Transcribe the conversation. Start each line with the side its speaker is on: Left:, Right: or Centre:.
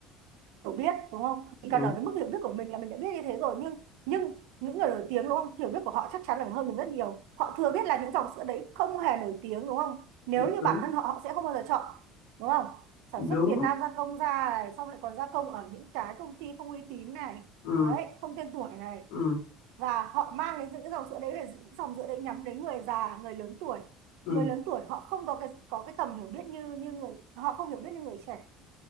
Right: hiểu biết đúng không chỉ
Left: đúng
Right: cần ở cái mức hiểu biết của mình là mình đã biết như thế rồi nhưng nhưng những người nổi tiếng đúng không hiểu biết của họ chắc chắn là hơn mình rất nhiều họ thừa biết là những dòng sữa đấy không hề nổi tiếng đúng không nếu như
Left: đúng
Right: bản thân họ họ sẽ không bao giờ chọn đúng không sản
Left: đúng
Right: xuất Việt Nam gia công ra này xong lại còn gia công ở những cái công ty không uy tín này
Left: ừ
Right: đấy không tên tuổi này
Left: ừ
Right: và họ mang cái những cái dòng sữa đấy là dòng sữa đấy nhắm đến người già người lớn tuổi
Left: ừ
Right: người lớn tuổi họ không có cái có cái tầm hiểu biết như như người họ không hiểu biết như người trẻ